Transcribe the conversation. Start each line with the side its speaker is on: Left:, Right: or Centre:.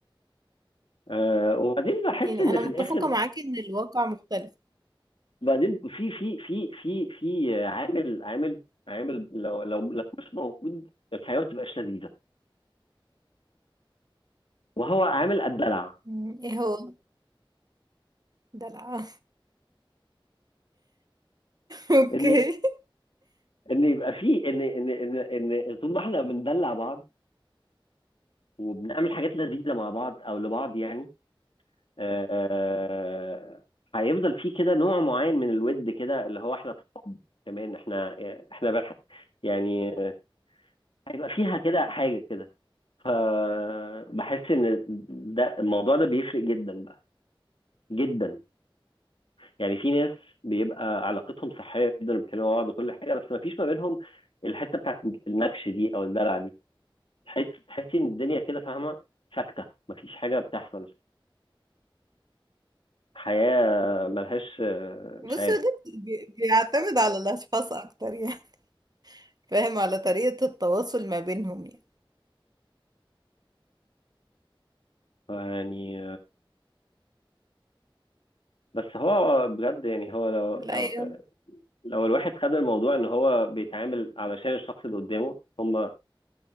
Left: آه وبعدين بحس
Right: يعني
Left: ان
Right: انا
Left: في
Right: متفقة
Left: الاخر
Right: معاك ان الواقع مختلف
Left: بعدين في في في في في عامل عامل عامل لو لو لو مش موجود الحياه ما تبقاش لذيذه وهو عامل الدلع
Right: مم، ايه هو دلع <laughs> اوكي
Left: ان ان يبقى في ان ان ان ان طول ما احنا بندلع بعض وبنعمل حاجات لذيذه مع بعض او لبعض يعني آه، هيفضل في كده نوع معين من الود كده اللي هو احنا صحاب كمان احنا احنا بنح- يعني آه، هيبقى فيها كده حاجه كده فبحس ان ده الموضوع ده بيفرق جدا بقى جدا يعني في ناس بيبقى علاقتهم صحيه جدا بيتكلموا مع بعض وكل حاجه بس ما فيش ما بينهم الحته بتاعت النكش دي او الدلع دي تحس تحسي ان الدنيا كده فاهمه ساكته مفيش حاجه بتحصل حياة ملهاش
Right: بص
Left: مش عارف
Right: هو ده بي- بيعتمد على الاشخاص اكتر يعني فاهم على طريقة التواصل ما بينهم يعني
Left: يعني بس هو بجد يعني هو لو
Right: لا
Left: لو
Right: يا-
Left: لو الواحد خد الموضوع ان هو بيتعامل علشان الشخص اللي قدامه هما